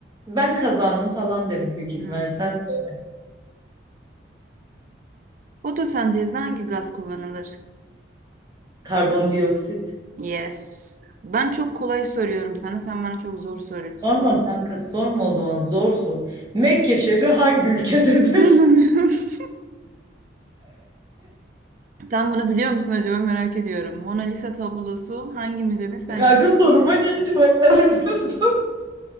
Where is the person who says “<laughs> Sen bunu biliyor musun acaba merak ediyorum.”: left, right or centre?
Right